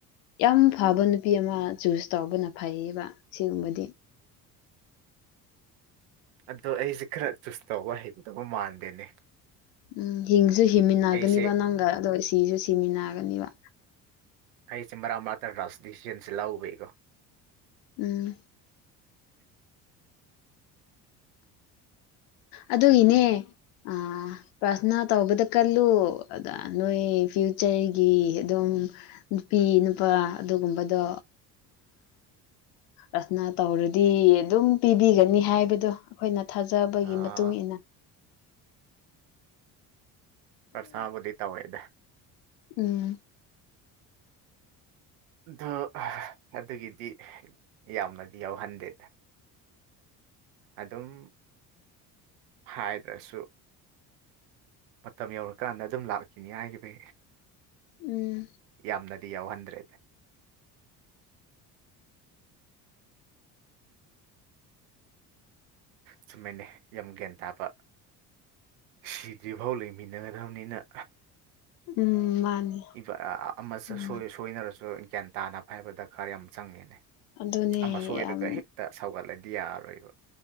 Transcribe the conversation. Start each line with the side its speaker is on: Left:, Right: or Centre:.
Left: ꯌꯥꯝ ꯐꯕ ꯅꯨꯄꯤ ꯑꯃ ꯆꯨꯁ ꯇꯧꯕꯅ ꯐꯩꯌꯦꯕ ꯁꯤꯒꯨꯝꯕꯗꯤ
Right: ꯑꯗꯣ ꯑꯩꯁꯦ ꯈꯔ ꯆꯨꯁ ꯇꯧꯕ ꯍꯩꯒꯗꯕ ꯃꯥꯟꯗꯦꯅꯦ
Left: ꯎꯝ ꯍꯤꯡꯁꯨ ꯍꯤꯡꯃꯤꯟꯅꯒꯅꯤꯕ
Right: ꯑꯩꯁꯦ
Left: ꯅꯪꯒ ꯑꯗꯣ ꯁꯤꯁꯨ ꯁꯤꯃꯤꯟꯅꯒꯅꯤꯕ
Right: ꯑꯩꯁꯦ ꯃꯔꯥ ꯃꯔꯥꯇ ꯔꯥꯁ ꯗꯤꯁꯤꯁꯟꯁꯦ ꯂꯧꯕꯩꯀꯣ
Left: ꯎꯝ ꯑꯗꯨꯏꯅꯦ ꯑ ꯄ꯭ꯔꯊꯅꯥ ꯇꯧꯕꯗ ꯀꯜꯂꯨ ꯑꯗ ꯅꯣꯏ ꯐ꯭ꯌꯨꯆꯔꯒꯤ ꯑꯗꯨꯝ ꯅꯨꯄꯤ ꯅꯨꯄꯥ ꯑꯗꯨꯒꯨꯝꯕꯗꯣ
Right: <inaudible>
Left: ꯄ꯭ꯔꯊꯥꯅꯥ ꯇꯧꯔꯗꯤ ꯑꯗꯨꯝ ꯄꯤꯕꯤꯒꯅꯤ ꯍꯥꯏꯕꯗꯣ ꯑꯩꯈꯣꯏꯅ ꯊꯥꯖꯕꯒꯤ
Right: ꯑꯥ
Left: ꯃꯇꯨꯡ ꯏꯟꯅ
Right: ꯄ꯭ꯔꯊꯅꯥꯕꯨꯗꯤ ꯇꯧꯋꯦꯗ
Left: ꯎꯝ
Right: ꯑꯗꯨ ꯑꯗꯨꯒꯤꯗꯤ ꯌꯥꯝꯅꯗꯤ ꯌꯥꯎꯍꯟꯗꯦꯗ ꯑꯗꯨꯝ ꯍꯥꯏꯗ꯭ꯔꯁꯨ ꯃꯇꯝ ꯌꯧꯔꯀꯥꯟꯗ ꯑꯗꯨꯝ ꯂꯥꯛꯈꯤꯅꯤ ꯍꯥꯏꯔꯤꯕꯦ
Left: ꯎꯝ
Right: ꯌꯥꯝꯅꯗꯤ ꯌꯥꯎꯍꯟꯗ꯭ꯔꯦꯗ ꯆꯨꯝꯃꯦꯅꯦ ꯌꯥꯝ ꯒ꯭ꯌꯥꯟ ꯇꯥꯕ ꯁꯤꯗ꯭ꯔꯤꯐꯥꯎ ꯂꯩꯃꯤꯟꯅꯒꯗꯕꯅꯤꯅ
Left: ꯎꯝ ꯃꯥꯅꯤ
Right: <unintelligible> ꯑꯃ ꯁꫭꯏ
Left: ꯎꯝ
Right: ꯁꯣꯏꯅꯔꯁꯨ ꯒ꯭ꯌꯥꯟ ꯇꯥꯅꯕ ꯍꯥꯏꯕ ꯗꯔꯀꯥꯔ ꯌꯥꯝ ꯆꯪꯉꯦꯅꯦ
Left: ꯑꯗꯨꯅꯦ
Right: ꯑꯃꯁ ꯁꯣꯏꯔꯒ
Left: ꯌꯥꯝ
Right: ꯍꯦꯛꯇ ꯁꯧꯒꯠꯂꯗꯤ ꯌꯥꯔꯣꯏꯕ